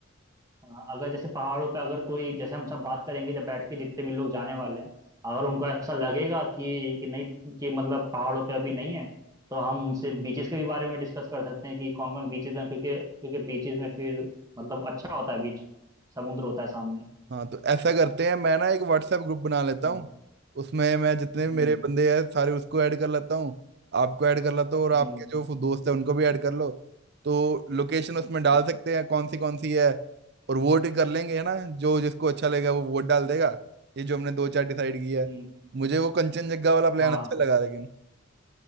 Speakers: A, on the right (about 15°); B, on the right (about 50°).
A: हाँ, अगर जैसे पहाड़ों पे अगर कोई जैसे हम सब बात करेंगे जब बैठ के जितने भी लोग जाने वाले हैं अगर उनको ऐसा लगेगा कि कि नहीं कि मतलब पहाड़ों पे अभी नहीं है तो हम उनसे बीचेस के भी बारे में डिस्कस कर सकते हैं कि कौन कौन बीचेस हैं क्योंकि क्योंकि बीचेस में फिर मतलब अच्छा होता है बीच समुद्र होता है सामने
B: हाँ तो ऐसा करते हैं मैं ना एक व्हाट्सएप ग्रुप बना लेता
A: हम्म
B: हूँ उसमें मैं जितने भी
A: हम्म
B: मेरे बंदे हैं सारे उसको ऐड कर लेता हूँ आपको ऐड कर लेता हूँ और आपके
A: हम्म
B: जो दोस्त हैं उनको भी ऐड कर लो तो लोकेशन उसमें डाल सकते हैं कौन सी कौन सी है और वोट कर लेंगे है ना जो जिसको अच्छा लगेगा वो वोट डाल देगा ये जो हमने दो चार डिसाइड किया
A: हम्म
B: है मुझे वो कंचनजंगा वाला प्लान
A: हाँ
B: अच्छा लगा लेकिन